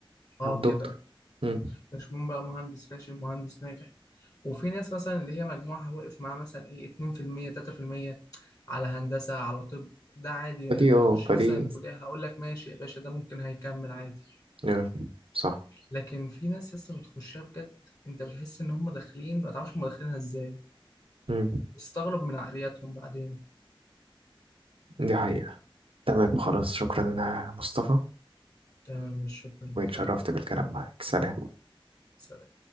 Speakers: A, on the left; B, on the right.
A: أه
B: أو دكتور
A: كده
B: مم.
A: مش مهم بقى مهندس فاشل مهندس ناجح وفي ناس مثلا اللي هي مجموعها واقف معاه مثلا إيه 2% 3% على هندسة على طب ده عادي يعني
B: فدي
A: لما
B: اه
A: يخش
B: فدي
A: مثلا كلية هقول لك ماشي يا باشا ده ممكن هيكمل عادي
B: اه صح
A: لكن في ناس لسه بتخشها بجد أنت بتحس إن هم داخلين ما تعرفش هم داخلينها إزاي
B: مم.
A: بتستغرب من عقلياتهم بعدين
B: دي حقيقة تمام خلاص شكرا أنا مصطفى
A: تمام مش شكرا
B: واتشرفت
A: ليك
B: بالكلام معاك سلام
A: سلام